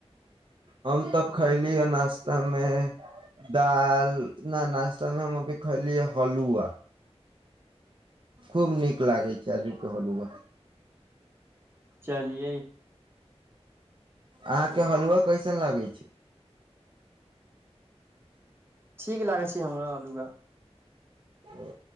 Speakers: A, on the right; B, on the right.
A: हम तऽ खैली ह नाश्त तमे दाल न नास्तामे हम अभी खइली हलुआ खूब नीक लागै छै काजू के हलुआ
B: चलिये
A: अहाँके हलुआ कैइसन लगै छै
B: ठीक लागै छै हमरा हलुआ
A: ओ